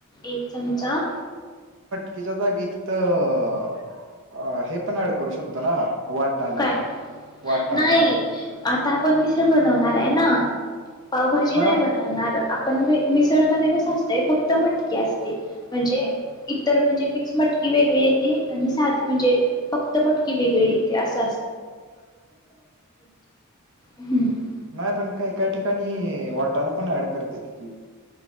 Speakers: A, on the left (about 20°); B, on the right (about 55°).
A: एक चमचा
B: तिच्या जागीत त आ हे पण ऍड करू शकतो ना? वाटाणा
A: काय
B: वाटाणा
A: नाही आता आपण मिश्र बनवणार आहे ना? पावभाजी
B: ह
A: नाय बनवणार आप पण म मिसळमध्ये कस असत फक क्त मटकी असते म्हणजे इतर म्हणजे मिक्स मटकी वेगळी येती आणि साधी म्हणजे फक्त मटकी वेगळी ये की अस हम्म
B: नाही पण काय काय ठिकाणी ते वाटाण पण ऍड करतेेत की